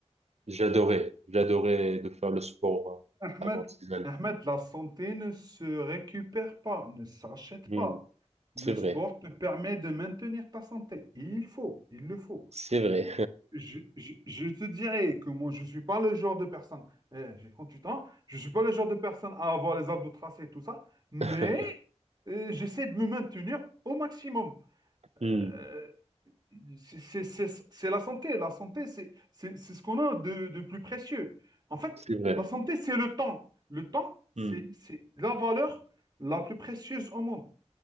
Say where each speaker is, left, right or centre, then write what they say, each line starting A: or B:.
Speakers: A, on the right; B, on the right.
A: j'adorais, j'adorais de faire le sport
B: Ahmed,
A: euh, avant ces années.
B: Ahmed, la santé ne se récupère pas, ne s'achète
A: Hmm.
B: pas. Le
A: C'est
B: sport
A: vrai,
B: te permet de maintenir ta santé. Il faut, il le faut.
A: c'est vrai.
B: Je, je- je te dirais que moi, je suis pas le genre de personne, eh, j'ai huit ans, je suis pas le genre de personne à avoir les abdos tracés et tout ça, mais
A: <laughs>
B: euh, j'essaie de me maintenir au maximum. Euh,
A: Hmm.
B: c'est c'est- c'est- c'est la santé, la santé, c'est c'est- c'est ce qu'on a de, de plus précieux. En fait,
A: C'est vrai,
B: la santé, c'est le temps. Le temps, c'est
A: Hmm.
B: c'est la valeur la plus précieuse au monde.